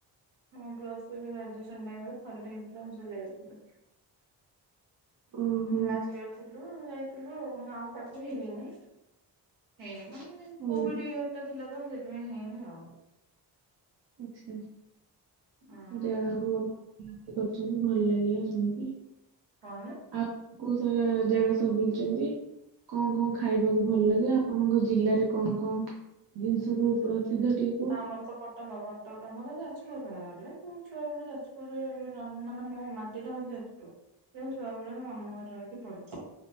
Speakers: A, on the right; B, on the right.
A: ଆମ ପ୍ଲସ ଗ୍ରାଡୁଏ କନ୍ ଟାଇମ୍ ରେ ଥରଟେ ହେଇଥିଲା ଆମେ ସବୁ ଯାଇଥିଲୁ
B: ଓହୋ
A: ଲାଷ୍ଟ୍ ୟର୍। ଥିଲୁ ଯାଇଥିଲୁ ଆଉ ତାପରେ ହେଇନି ହେଇନି। କୋଭିଡ
B: ହଉ।
A: ଇୟର ଟା ଥିଲା ତ ସେଇଥିପାଇଁ ହେଇନି ଆଉ।
B: ଆଚ୍ଛା
A: କଣ
B: ଯାହା ହଉ ଆପଣ ବୁଲାବୁଲି କରିଛନ୍ତି ଭଲ ଲାଗିଲା ଶୁଣିକି।
A: କଣ ହେଲା?
B: ଆଉ କୋଉ ସବୁ ଜାଗା ସବୁ ବୁଲୁଛନ୍ତି? କଣ କଣ ଖାଇବାକୁ ଭଲ ଲାଗେ ଆପଣଙ୍କ ଜିଲ୍ଲାରେ କଣ କଣ ଜିନିଷ ସବୁ ପ୍ରସିଦ୍ଧ ଟି
A: ଆମର ତ କଟକ କଟକ ଆମର ତ ଯାଜପୁର କହିବାକୁ ଗଲେ ମୁ ଛୁଆ ବେଳୁ ଯାଜପୁରରେ ମାନେ ମୋ ମାଟି ଟା ହଉଛି ଯାଜପୁର ଛୁଆ ବେଳୁ ମୋ ମାମୁ ଘରେ ରହିକି ପଢ଼ୁଛି।